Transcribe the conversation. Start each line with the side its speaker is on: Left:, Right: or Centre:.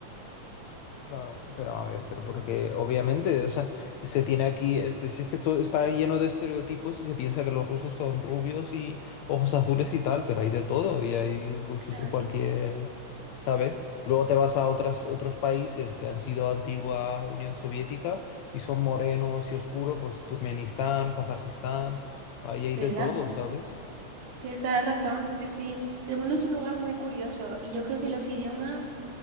Left: Claro, pero a ver, pero porque obviamente, o sea, se tiene aquí, es- pues, si es que esto está lleno de estereotipos y se piensa que los rusos son rubios y ojos azules y tal, pero hay de todo y hay rusos
Right: Claro,
Left: de cualquier, ¿sabes? Luego te vas a otras, otros países que han sido antigua Unión Soviética y son morenos y oscuros, pues Turkmenistán, Kazajistán, ahí hay
Right: ¿verdad?
Left: de todo, ¿sabes?
Right: Tienes toda la razón, sí, sí. El mundo es un lugar muy curioso y yo creo que los idiomas